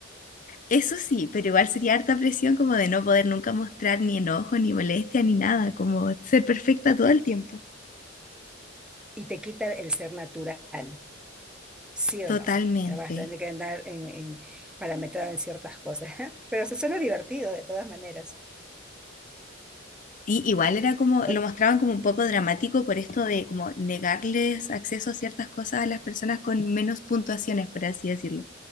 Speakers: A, on the left; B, in the centre.
A: Eso sí, pero igual sería harta presión como de no poder nunca mostrar ni enojo, ni molestia, ni nada, como ser perfecta todo el tiempo.
B: Y te quita el ser natural, ¿sí o
A: Totalmente.
B: no? Vas a tener que andar en, en- parametrado en ciertas cosas, <laughs> pero se suena divertido de todas maneras.
A: Y igual era como,
B: Oye,
A: lo mostraban como un poco dramático por esto de como negarles acceso a ciertas cosas a las personas con menos puntuaciones, por así decirlo.